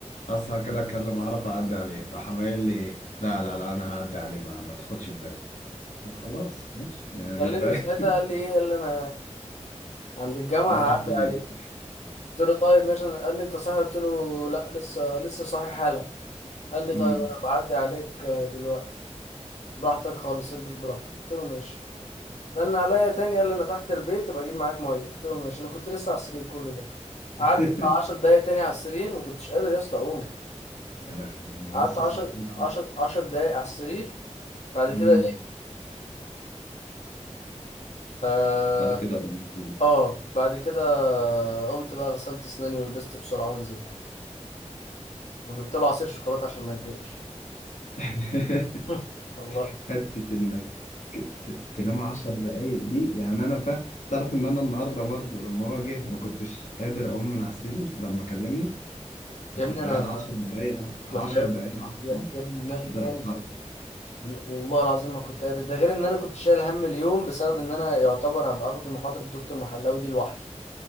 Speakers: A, on the left; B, on the left.
A: هصحى كده اتكلم عرف اعدي عليه راح قايل لي لا لا لا انا هعدي عليه ما, ما تاخدش في بالك طب خلاص ماشي يعني
B: كلمني
A: فاهم
B: في ساعتها قال لي إيه قال لي أنا عند الجامعة
A: <laughs> انا تحت
B: هعدي
A: بيتي
B: عليك قلت له طيب ماشي قال لي أنت صاحي قلت له لا لسه لسه صاحي حالا قال لي
A: امم
B: طيب أنا بعدي عليك آه، دلوقتي براحتك خالص البس براحتك قلت له ماشي رن عليا تاني قال لي أنا تحت البيت بجيب معاك مية قلت له ماشي أنا كنت لسه على السرير كل ده قعدت
A: <laughs>
B: بتاع 10 دقايق تاني على السرير ما كنتش قادر يا اسطى اقوم
A: يا لهوي ما
B: قعدت
A: هو لسه
B: 10
A: صاحبي
B: 10 10 دقايق على السرير بعد كده
A: امم
B: ايه اه
A: بعد كده قمت
B: آه، بعد كده قمت بقى غسلت اسناني ولبست بسرعه ونزلت له وجبت له عصير شوكولاته عشان ما يتضايقش
A: <laughs>
B: <laughs> والله
A: حتة إنك ت- تنام عشر دقايق دي يعني أنا فا تعرف إن أنا النهاردة برضو لما هو جه ما كنتش قادر أقوم من على السرير لما كلمني أنا
B: يا ابني
A: كنت
B: انا
A: قاعد عشر دقايق عشر
B: وحياة
A: دقايق عارفه
B: يا يا ابني دماغي
A: مش قادر
B: كانت
A: أتحرك
B: والله العظيم ما كنت قادر ده غير ان انا كنت شايل هم اليوم بسبب ان انا يعتبر هبقى اخده محاضره الدكتور محلاوي دي لوحدي